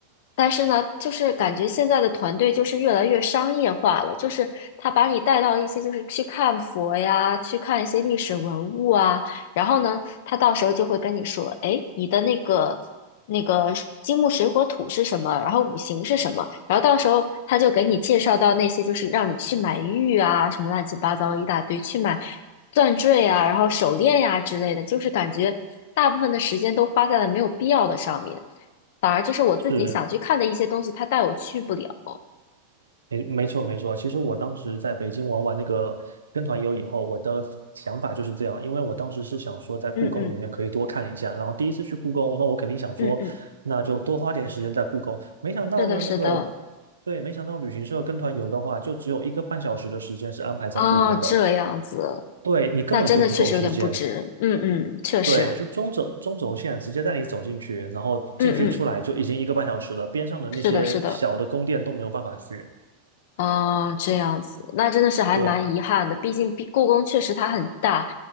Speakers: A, on the left; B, on the right.
A: 但是呢，就是感觉现在的团队就是越来越商业化了，就是他把你带到一些就是去看佛呀，去看一些历史文物啊，然后呢，他到时候就会跟你说，哎，你的那个。那个是金木水火土是什么，然后五行是什么，然后到时候他就给你介绍到那些，就是让你去买玉啊，什么乱七八糟一大堆，去买钻坠啊，然后手链呀、之类的，就是感觉大部分的时间都花在了没有必要的上面，反而就是我自己想去看的一些东西，
B: 是，
A: 他带我去不了。
B: 没没错没错，其实我当时在北京玩完那个跟团游以后，我的想法就是这样，因为我当时是想说在故宫里面可以多看一下，
A: 嗯嗯
B: 然后第一次去故宫，那我肯定想说，
A: 嗯嗯，
B: 那就多花点时间在故宫。没想到呢，
A: 是的，是的，
B: 那个对，没想到旅行社跟团游的话，就只有一个半小时的时间是安排在故宫的，
A: 啊，这样子，
B: 对你根本就不够时间。
A: 那真的确实有点不值。嗯嗯，确实，
B: 对，就中轴中轴线直接带你走进去，然后进去出来就已经一个半小时了，
A: 嗯嗯，
B: 边上的那些小的宫殿都没有办法去。
A: 是的，是的。哦，这样子，那真的是还蛮遗憾的。
B: 对，
A: 毕竟毕故宫确实它很大，